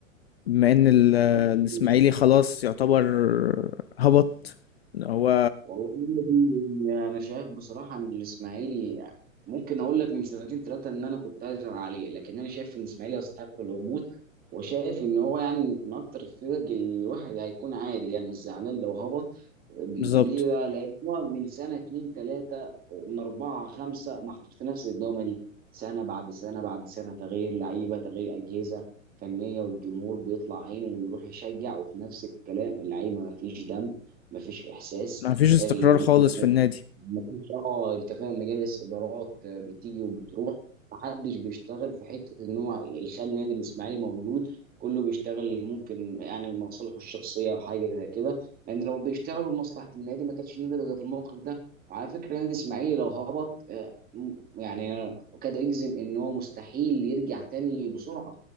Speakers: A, on the left (about 50°); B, on the right (about 20°).
A: بما ان ال...
B: قضيه
A: الاسماعيلي خلاص يعتبر هبط إن هو
B: والله النادي انا شايف بصراحه ان الاسماعيلي ممكن اقول لك من سنتين ثلاثه ان انا كنت عايز عليه لكن انا شايف ان الاسماعيلي يستحق الهبوط وشايف ان هو يعني من اكتر الفرق اللي الواحد هيكون عادي يعني مش زعلان لو هبط ليه
A: بالظبط
B: بقى؟ لان هو من سنه اتنين ثلاثه ومن اربعه خمسه محطوط في نفس الدوامه دي سنه بعد سنه بعد سنه تغيير لعيبه تغيير اجهزه فنيه والجمهور بيطلع عينه ويروح يشجع وفي نفس الكلام اللعيبه ما فيش دم ما فيش احساس
A: ما فيش استقرار
B: ال-
A: خالص في النادي
B: مفيش اه انت فاهم مجالس ادارات آه، بتيجي وبتروح محدش بيشتغل في حته ان هو يخلي نادي الاسماعيلي موجود كله بيشتغل ممكن يعني لمصالحه الشخصيه او حاجه زي كده لان لو بيشتغلوا لمصلحه النادي ما كانش النادي بقى في الموقف ده وعلى فكره نادي الاسماعيلي لو هبط آه، م- يعني أنا كاد يجزم ان هو مستحيل يرجع تاني بسرعه